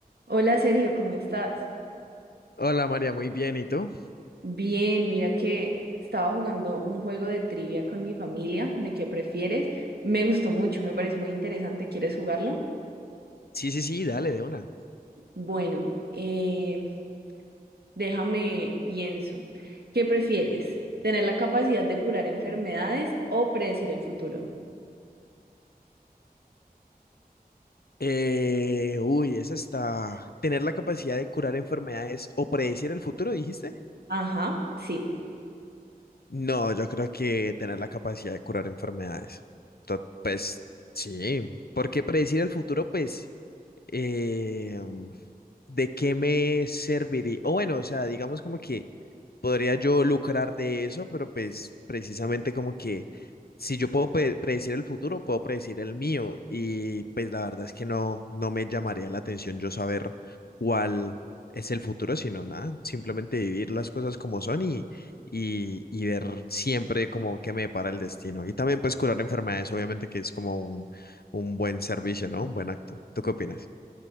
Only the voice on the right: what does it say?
Hola Sergio, ¿cómo estás?
Bien, mira que estaba jugando un juego de trivia con mi familia, de qué prefieres. Me gustó mucho, me pareció muy interesante. ¿Quieres jugarlo?
Bueno, eh, déjame pienso. ¿Qué prefieres? ¿Tener la capacidad de curar enfermedades o predecir el futuro?
Ajá, sí,